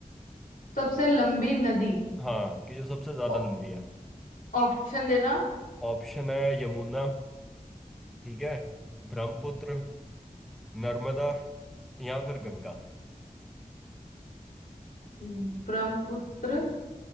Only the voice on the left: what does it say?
सबसे लंबी नदी
ओ-
ऑप्शन देना
हम्म, ब्रह्मपुत्र